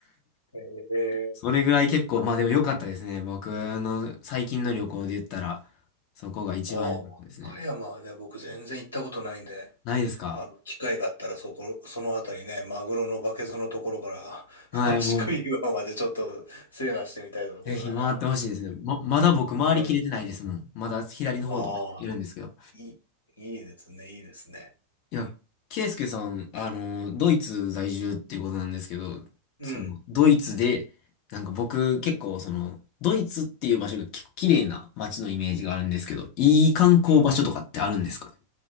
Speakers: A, on the left; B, on the left.
A: へえ。
B: それぐらい結構、
A: あ、
B: まあでも良かったですね。
A: うん。
B: 僕の最近の旅行で言ったら、そこが一番良かったですね。
A: ああ和歌山はね、僕全然行ったことないんで、
B: ないですか
A: あの、機会があったらそこ、そのあたりね、マグロのバケツのところから、
B: はい、もう、
A: <laughs> 宿喰岩までちょっと制覇してみたいところだな。
B: ぜひ回ってほしいですね。ま、まだ僕回りきれてないですもん。
A: うん。
B: まだ左の方とかいるんですけど。
A: ああ、いい、いいですね、いいですね。
B: いや、ケイスケさん、あの、ドイツ在住っていうことなんですけど、
A: うん。
B: その、ドイツで、なんか僕結構その、ドイツっていう場所が結構綺麗な街のイメージがあるんですけど、いい観光場所とかってあるんですかね
A: うん。